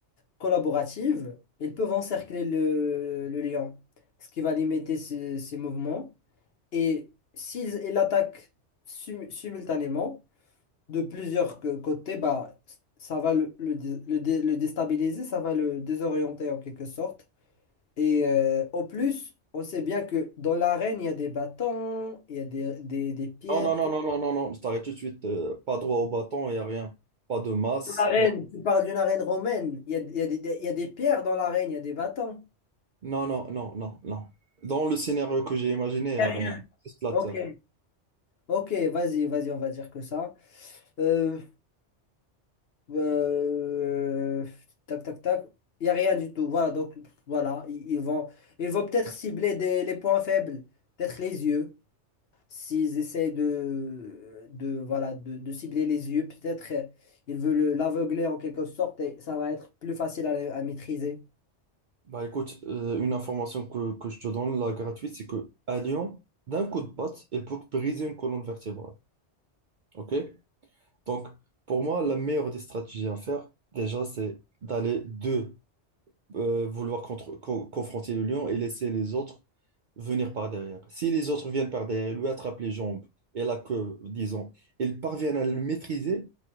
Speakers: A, on the left; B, on the right.
A: collaborative, elles peuvent encercler le, le lion, ce qui va limiter ses, ses mouvements. Et s'ils ils l'attaquent sim- simultanément, de plusieurs c- côtés, bah, ça va le, le, dé- le dé- le déstabiliser, ça va le désorienter en quelque sorte. Et euh, au plus, on sait bien que dans l'arène, il y a des bâtons, il y a des, des, des pierres.
B: Non, non, non, non, non, non, non, je t'arrête tout de suite. euh, pas droit au bâton, il n'y a rien. Pas de masse,
A: Dans l'arène, tu parles d'une arène romaine, il y a, il y a des, des- il y a des pierres dans l'arène, il y a des bâtons.
B: Non, non, non, non, non. Dans le scénario que j'ai imaginé,
A: Il
B: euh,
A: y a rien.
B: rien. C'est Splatter.
A: Ok, ok, vas-y, vas-y, on va dire que ça. Euh, Euh, tac, tac, tac. Il n'y a rien du tout. Voilà, donc voilà, ils, ils vont, ils vont peut-être cibler des, les points faibles, peut-être les yeux. S'ils essaient de, de, voilà, de, de cibler les yeux, peut-être euh, ils veulent l'aveugler en quelque sorte et ça va être plus facile à, à maîtriser.
B: Bah écoute, euh, une information que, que je te donne, la gratuite, c'est que à Lyon, d'un coup de patte, il peut briser une colonne vertébrale. OK? Donc, pour moi, la meilleure des stratégies à faire, déjà, c'est d'aller de euh, vouloir contre- co- confronter le lion et laisser les autres venir par derrière. Si les autres viennent par derrière, lui attrape les jambes et la queue, disons, ils parviennent à le maîtriser,